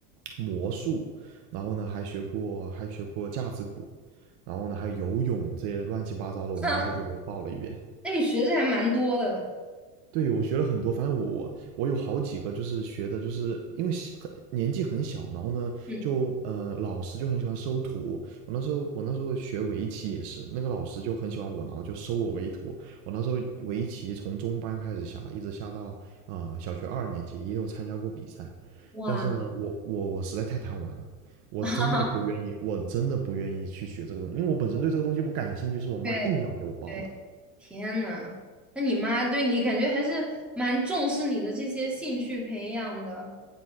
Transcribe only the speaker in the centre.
<laughs>
哈，哎，你学的还蛮多的。
嗯，
哇，
<laughs> 哈哈，
对对。天呐，那你妈对你感觉还是蛮重视你的这些兴趣培养的。